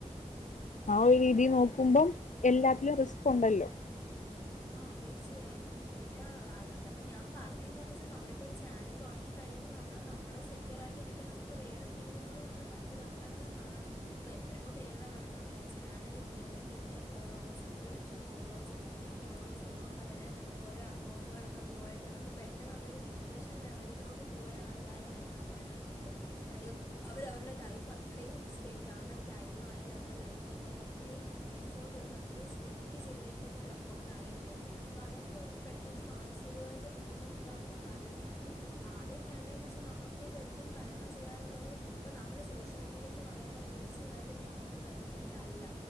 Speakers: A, on the left; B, on the left.
A: ഉം
B: ആ ഒരു രീതി
A: അപ്പം
B: നോക്കുമ്പം എല്ലാത്തിലും റിസ്ക് ഒണ്ടല്ലോ
A: ആ തീർച്ചയായും പിന്നെ അപ്പൊ ഞാൻ പറഞ്ഞ എന്താന്ന് വെച്ചാൽ നമ്മളിപ്പോ ഒരു ചാനല് തൊടങ്ങിക്ക കഴിയ്മ്പോ നമ്മള് നമ്മടെ സെക്യൂർ ആയിട്ട് ഇരിക്കാൻ നമുക്ക് വേറെ എന്തെങ്കിലും കൂടി നമ്മള് കണ്ട് വെക്കണമെന്നാണ് ഇപ്പോ എത്രയോ പേരുടെ കണ്ടിട്ടുണ്ട് ഈ ചാനല് പോയി അല്ലെങ്കി ഇത്ര ഫോളോവേഴ്സ് ഇത്ര ലക്ഷം ഫോളോവേഴ്‌സ് മില്യം ഫോളോവേഴ്‌സൊ ള്ളോര്ടെ വെരെ ഓരോ അക്കൗണ്ടുകളൊക്കെ പോയിട്ട് അവർക്ക് പെട്ടെന്ന് അതൊരു ഡിപ്രഷൻ ലെവലിലോട്ട് പോയ ആള് ആൾക്കാരെ വരെ ഞാൻ കണ്ടിട്ടുണ്ട് കാര്യം അവരവരുടെ ലൈഫ് അത്രയും സ്പെൻഡ് അവരുടെ ടൈമ ആയാലും അവരുടെ ലൈഫക്കെ അവരത്രയും എഫോർട്ട് എടുത്ത് അത്രയും സ്പെൻഡ് ചെയ്തേക്കുന്ന അതുകൊണ്ടായിരിക്കാം അപ്പൊ അതൊക്കെ അവർക്ക് പെട്ടെന്ന് മാനസികവായിട്ട് ബുദ്ധിമുട്ടുണ്ടാക്കുന്ന കാര്യങ്ങൾ അപ്പം ആദ്യം വേണ്ടേന്ന് വെച്ചാ നമക്ക് ഇതെന്തും തരണം ചെയ്യാനുള്ളൊരു ഇപ്പ നമ്മള് സോഷ്യൽ മീഡിയ എന്ന് പറയുമ്പോ തിരു തീർച്ചയായിട്ടും നമുക്കത് പെർമനൻറ് അല്ല